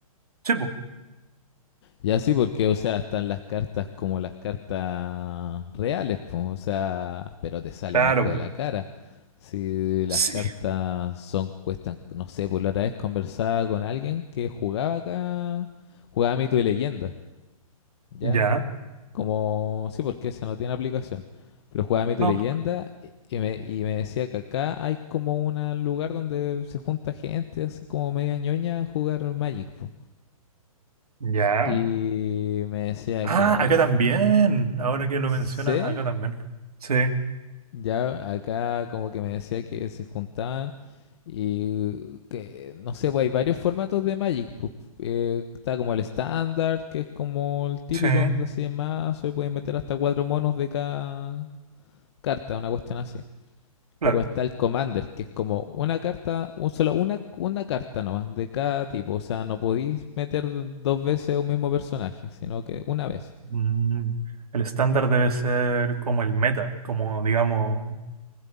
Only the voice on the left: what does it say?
Ya sí, porque, o sea, están las cartas como las cartas reales, pues, o sea, pero te sale
un ojo
de la cara. Si las
cartas son, cuestan, no sé, por la otra vez conversaba con alguien que jugaba acá, jugaba Mito y Leyenda, ¿ya?
Como, sí, porque esa no tiene aplicación, pero jugaba Mito
y Leyenda y y me, y me decía que acá hay como un lugar donde se junta gente así como media ñoña a jugar Magic, pues.
Y me decía
que
sé,
ya acá como que me decía que se juntaban y que, no sé, pues hay varios formatos de Magic. pues, eh, está como el estándar, que es como el típico
donde te hacen mazo y puedes meter hasta cuatro monos de cada carta, una cuestión así.
Pero está el Commander, que es como una carta, un solo, una, una carta nomás de cada tipo. O sea, no podéis meter dos veces un mismo personaje, sino que una vez.